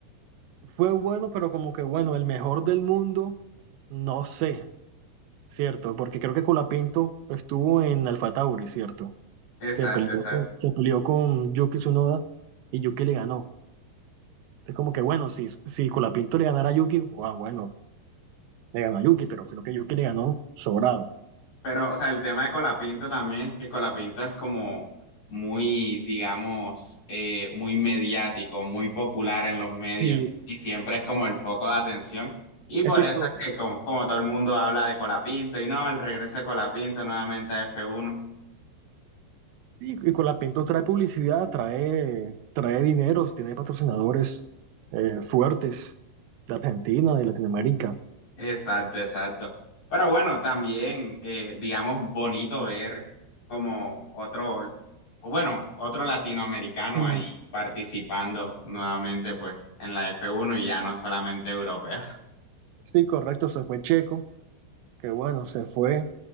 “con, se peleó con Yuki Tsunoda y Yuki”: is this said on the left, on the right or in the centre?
Right